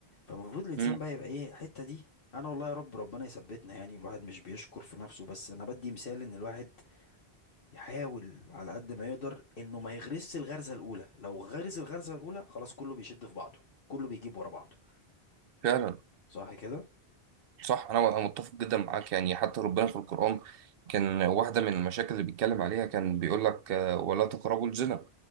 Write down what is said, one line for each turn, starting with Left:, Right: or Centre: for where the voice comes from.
Left: فالمفروض الانسان
Right: مم.
Left: بقى يبقى ايه الحتة دي انا والله يا رب ربنا يثبتنا يعني الواحد مش بيشكر في نفسه بس انا بدي مثال ان الواحد يحاول على قد ما يقدر انه ما يغرسش الغرزة الاولى لو غرس الغرزة الاولى خلاص كله بيشد في بعضه كله بيجيب ورا بعضه
Right: فعلا
Left: صح كده
Right: صح انا أنا متفق جدا معاك يعني حتى ربنا في القرآن كان واحدة من المشاكل اللي بيتكلم عليها كان بيقول لك آه، ولا تقربوا الزنا